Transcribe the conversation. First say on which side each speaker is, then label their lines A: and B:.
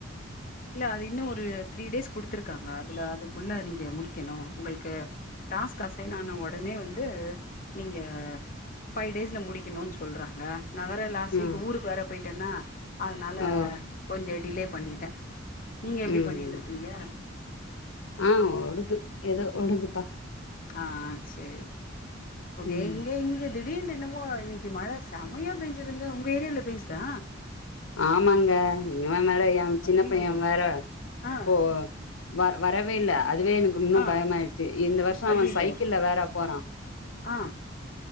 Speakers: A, on the left; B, on the left.
A: இல்ல அது இன்னு ஒரு த்ரீ டேஸ் குடுத்துருக்காங்க அதுல அதுக்குள்ள நீங்க முடிக்கணு உங்களுக்கு டாஸ்க் ஆசைன் ஆன ஒ ஒடனே வந்து நீங்க ஃபைவ் டேஸ்ல முடிக்கணுன்னு சொல்றாங்க நா வேற லாஸ்டு
B: ம்
A: வீக் ஊருக்குவேற போய் ட்டனா அதனால
B: ஓ
A: கொஞ்ச டிலே பண்ணிட்டே நீங்க எப்டி
B: ம்
A: பண்ணிட்டு இருக்கீங்க
B: ஆ ஓடுது ஏதோ ஓடுதுப்பா
A: ஆ ஆ ஆச்சு ஓகே
B: ம்
A: இங்க இங்க திடீர்டு என்னமோ இன்னைக்கு மழ செமயா பேஞ்சுதுங்க உங்க ஏரியால பேஞ்சுதா
B: ஆமாங்க இவ வேற எ
A: அய்யய்யோ
B: சின்ன பைய வேற
A: ஆ
B: போ வ வரவேல்ல அதுவே எனக்கு இன்னு
A: ஆ
B: பயமாயிடுச்சு இந்த வருஷ
A: அய்யய்யோ
B: அவ சைக்கிள்ள வேற போறா
A: ஆ